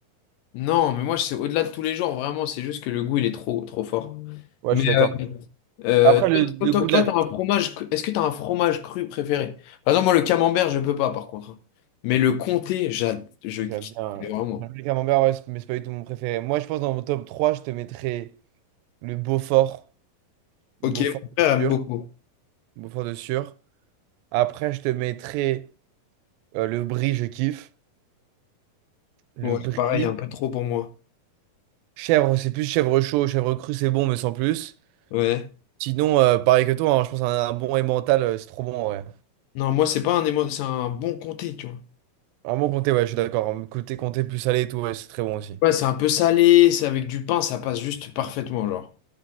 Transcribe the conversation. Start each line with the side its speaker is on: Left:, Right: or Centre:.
Left: Non, mais moi, c'est au-delà de tous les jours, vraiment, c'est juste que le goût, il est trop, trop fort.
Right: Ouais,
Left: Mais,
Right: je suis d'accord.
Left: euh, Euh,
Right: Après, le, le
Left: toi, toi,
Right: goût de
Left: toi,
Right: la...
Left: t'as un fromage. cru- Est-ce que t'as un fromage cru préféré? Par exemple, moi, le camembert, je peux pas, par contre. hein. Mais le comté, j'ad... je
Right: J'aime
Left: kiffe
Right: bien,
Left: mais vraiment.
Right: j'aime bien le camembert, ouais, c'est- mais c'est pas du tout mon préféré. Moi, je pense dans mon top 3 je te mettrais le Beaufort. Beaufort
Left: Ok, mon frère
Right: de
Left: aime
Right: sûr.
Left: beaucoup.
Right: Beaufort de sûr. Après, je te mettrais euh, le brie, je kiffe. Le
Left: Ouais,
Right: brie.
Left: pareil, un peu trop pour moi.
Right: Chèvre, c'est plus chèvre chaud. Chèvre cru, c'est bon, mais sans plus.
Left: Ouais.
Right: Sinon, euh, pareil que toi, hein, je pense un, un bon emmental, euh, c'est trop bon, ouais.
Left: Non, moi, c'est pas un émo... c'est un bon comté, tu vois.
Right: Un bon comté, ouais, je suis d'accord. Un comté, comté plus salé et tout, ouais, c'est très bon aussi.
Left: Ouais, c'est un peu salé, c'est avec du pain, ça passe juste parfaitement, genre.